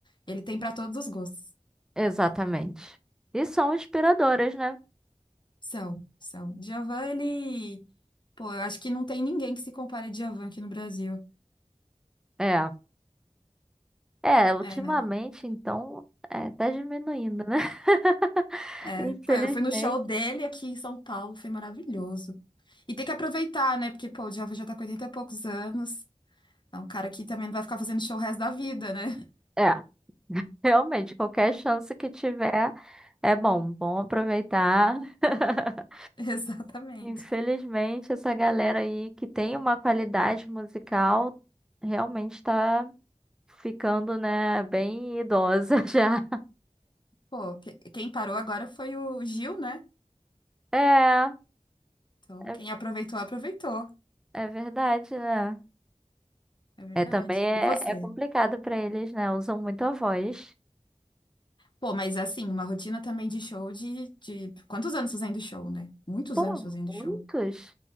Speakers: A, on the left; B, in the centre.
A: Ele tem pra todos os gostos.
B: Exatamente. E são inspiradoras, né?
A: São, são. Djavan, ele. Pô, eu acho que não tem ninguém que se compare a Djavan aqui no Brasil.
B: É. É, ultimamente,
A: É, né?
B: então, é, tá diminuindo, né? <laughs>
A: É.
B: Infelizmente.
A: Pô, eu fui no show dele aqui em São Paulo, foi maravilhoso. E tem que aproveitar, né? Porque, pô, o Djavan já tá com 80 e poucos anos. É um cara que também não vai ficar fazendo show o resto da vida, né?
B: É, realmente, qualquer chance que tiver é bom, bom aproveitar. <laughs>
A: <laughs> Exatamente.
B: Infelizmente, essa galera aí que tem uma qualidade musical realmente tá ficando, né, bem idosa <laughs> já.
A: Pô, que- quem parou agora foi o Gil, né?
B: É.
A: Então,
B: é
A: quem aproveitou, aproveitou.
B: É verdade, né?
A: É verdade.
B: É, também é,
A: E você?
B: é complicado pra eles, né? Usam muito a voz.
A: Pô, mas assim, uma rotina também de show de, de... Quantos anos fazendo show, né? Muitos
B: Por
A: anos fazendo
B: muitos,
A: show.